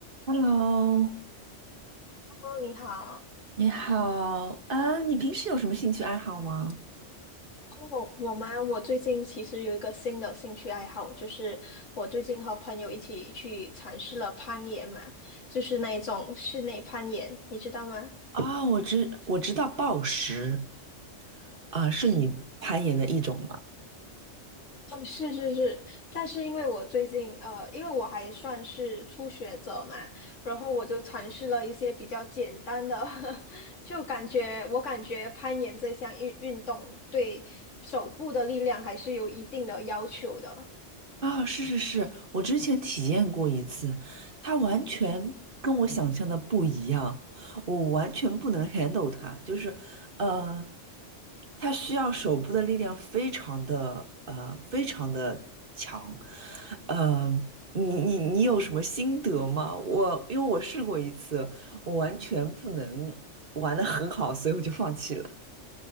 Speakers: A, on the right; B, on the left.
A: Hello，
B: 哦，你好。
A: 你好啊，你平时有什么兴趣爱好吗？
B: 哦，我吗？我最近其实有一个新的兴趣爱好，就是我最近和朋友一起去尝试了攀岩嘛，就是那一种室内攀岩，你知道吗？
A: 啊，我知我知道暴食啊，是你攀岩的一种吗？
B: 嗯，是是是，但是因为我最近呃，因为我还算是初学者嘛，然后我就尝试了一些比较简单的，<laughs> 就感觉我感觉攀岩这项运运动对手部的力量还是有一定的要求的。
A: 啊，是是是，我之前体验过一次，它完全跟我想象的不一样，我完全不能 handle 它，就是，呃，它需要手部的力量非常的呃非常的强，呃，你你你有什么心得吗？我因为我试过一次，我完全不能玩的很好，所以我就放弃了。